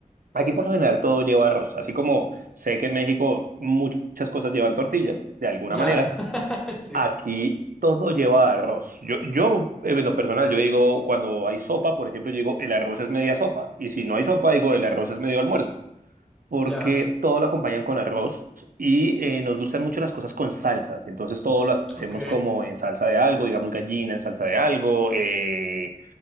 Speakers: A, on the right (about 85°); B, in the centre.
A: Aquí por lo general todo lleva arroz, así como sé que en México muchas cosas llevan tortillas, de alguna
B: ya,
A: manera,
B: <laughs> sí.
A: aquí todo lleva arroz. Yo, yo eh, en lo personal, yo digo, cuando hay sopa, por ejemplo, yo digo, el arroz es media sopa, y si no hay sopa, digo, el arroz es medio almuerzo porque
B: Ya,
A: todo lo acompañan con arroz y eh, nos gustan mucho las cosas con salsas. Entonces todo lo hacemos
B: Ok,
A: como en salsa de algo, digamos gallina en salsa de algo. eh,